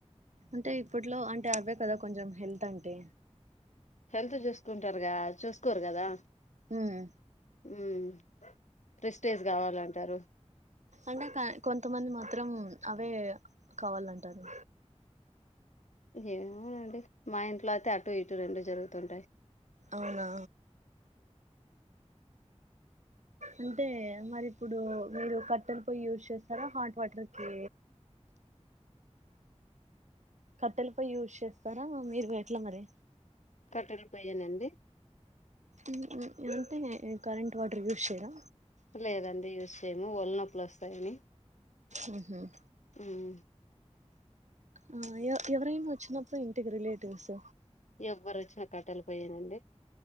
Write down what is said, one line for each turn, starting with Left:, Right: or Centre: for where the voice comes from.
Right: అంటే ఇప్పట్లో అంటే అవే కదా కొంచెం హెల్త్ అంటే
Left: హెల్త్ చూసుకుంటారుగా చూసుకోరు కదా
Right: ఉమ్
Left: హ్మ్ ప్రెస్టేజ్ కావాలంటారు
Right: అంటే కా- కొంతమంది మాత్రం అవే కావాలంటారు
Left: ఏమోనండి మా ఇంట్లోతై అ టు ఇటు రెండు జరుగుతుంటాయి
Right: అవునా అంటే మరి ఇప్పుడు మీరు కట్టెలు పోయి యూస్ చేస్తారా హాట్ వాటర్ కి కట్టెల పొయ్యి యూజ్ చేస్తారా మీరు ఎట్లా మరి
Left: కట్టెలు పోయ్యేనండి
Right: మ్మ్ మ్మ్ మ్మ్ అంతే కరెంట్ వాటర్ యూస్ చేయరా
Left: లేదండి యూస్ చేయము ఒళ్ళు నొప్పులు వస్తాయని
Right: మ్మ్ ఉహ్మ్
Left: మ్మ్
Right: ఆ ఎ ఎవరైనా వచ్చినప్పుడు ఇంటికి రిలేటివ్స్
Left: ఎవ్వరొచ్చినా కట్టేల పోయ్యేనండి